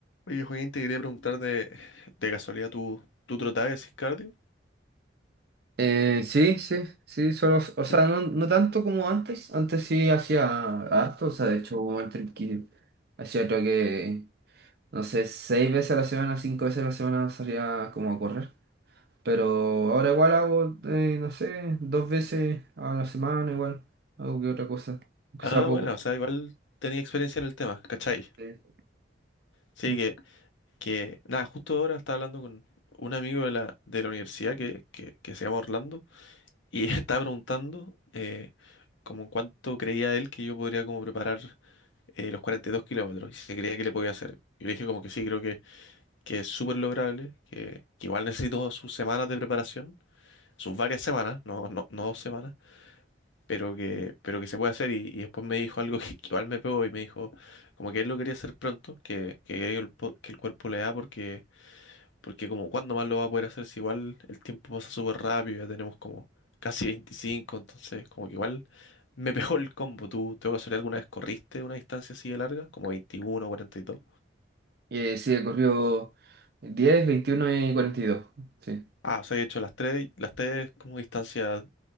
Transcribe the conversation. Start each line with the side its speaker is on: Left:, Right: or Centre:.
Left: Oye, Joaquín, te quería preguntar de, de casualidad, ¿tú, tú trotabas y hacías cardio?
Right: Eh, sí, sí, sí, solo, o
Left: ¿Sí?
Right: sea, no, no tanto como antes, antes sí hacía harto, o sea, de hecho hubo un momento en que hacía creo que, no sé, seis veces a la semana, cinco veces a la semana salía como a correr, pero ahora igual hago, eh, no sé, dos veces a la semana igual, algo que otra cosa, aunque
Left: Ah,
Right: sea poco.
Left: bueno, o sea, igual tenía experiencia en el tema, ¿cachai?
Right: Eh,
Left: Sí,
Right: mm.
Left: que, que nada, justo ahora estaba hablando con un amigo de la, de la universidad que, que, que se llama Orlando y <laughs> estaba preguntando eh, como en cuánto creía él que yo podría como preparar eh, los 42 kilómetros y si creía que le podía hacer. Yo le dije como que sí, creo que, que es súper lograble, que, que igual necesito sus semanas de preparación, sus varias semanas, no, no, no dos semanas pero que, pero que se puede hacer. Y, y después me dijo algo <laughs> que, que igual me pegó y me dijo como que él lo quería hacer pronto, que, que, el, po- que el cuerpo le da porque, porque como cuándo más lo va a poder hacer si igual el tiempo pasa súper rápido, ya tenemos como casi 25, entonces como que igual me pegó el combo. ¿Tú, tengo que hacer alguna vez corriste una distancia así de larga, como 21 o 42?
Right: Eh, sí, he corrido 10, 21 y cuarenta y dos sí,
Left: Ah, o sea, he hecho las tres, las tres como distancias,